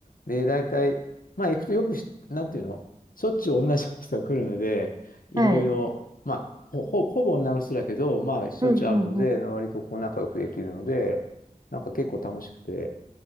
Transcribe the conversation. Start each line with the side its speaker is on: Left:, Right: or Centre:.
Left: で、大体、まあ、行くとよくし、なんていうの、しょっちゅう同じような人が来るので、いろいろ、
Right: はい。
Left: まあ、ほ、ほほぼ女の人だけど、まあ、しょっちゅう会うので、
Right: うんうんうん。
Left: 割とこう、仲良くできるので、なんか結構楽しくて、